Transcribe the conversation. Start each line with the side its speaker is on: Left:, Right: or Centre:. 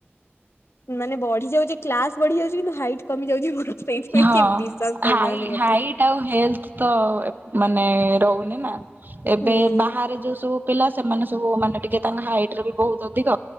Left: ମାନେ ବଢିଯାଉଚି କ୍ଲାସ୍ ବଢିଯାଉଚି କିନ୍ତୁ ହାଇଟ୍ କମି ଯାଉଚି ମୋର। ସେଇଥିପାଇଁ
Right: ହଁ
Left: କିଏ ବିଶ୍ଵାସ କରୁନାହାନ୍ତି
Right: ହାଇ
Left: ମତେ।
Right: ହାଇଟ ଆଉ ହେଲଥ ତ ଏ ମାନେ ରହୁନି ନା ଏବେ
Left: ହୁଁ
Right: ବାହାରେ ଯୋଉ ସବୁ ପିଲା ସେମାନେ ସବୁ ମାନେ ଟିକେ ତାଙ୍କ ହାଇଟ ରେ ବି ବହୁତ ଅଧିକ